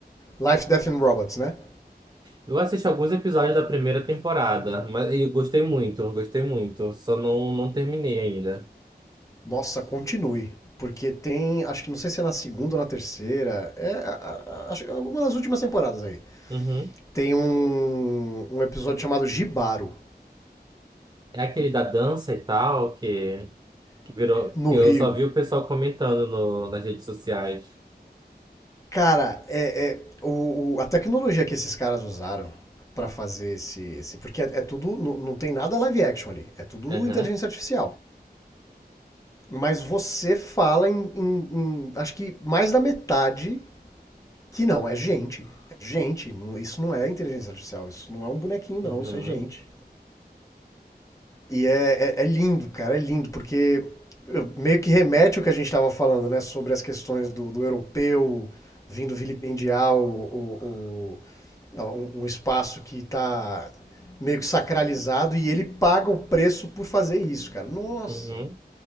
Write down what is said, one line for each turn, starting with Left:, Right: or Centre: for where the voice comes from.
Left: Life, Death and Robots, né?
Right: Eu assisti alguns episódios da primeira temporada, mas eu gostei muito, gostei muito. Só não, não terminei ainda.
Left: Nossa, continue. Porque tem, acho que não sei se é na segunda ou na terceira, é a- a- a- acho que é uma das últimas temporadas aí.
Right: Uhum.
Left: Tem um, um episódio chamado Gibaro,
Right: É aquele da dança e tal, que, que virou,
Left: no
Right: que eu
Left: Rio.
Right: só vi o pessoal comentando no, nas redes sociais.
Left: Cara, é, é- o, o- a tecnologia que esses caras usaram pra fazer esse, esse- porque é, é tudo, não, não tem nada live action ali, é tudo
Right: Aham.
Left: inteligência artificial. Mas você fala em, em- em- acho que mais da metade que não é gente, é gente. não- isso não é inteligência artificial, isso não é um bonequinho não,
Right: Uhum.
Left: isso é gente. E é, é- é lindo, cara, é lindo porque eu- meio que remete o que a gente estava falando, né, sobre as questões do, do europeu vindo vilipendiar o, o- É um, um espaço que está meio que sacralizado e ele paga o preço por fazer isso, cara. Nossa!
Right: Uhum.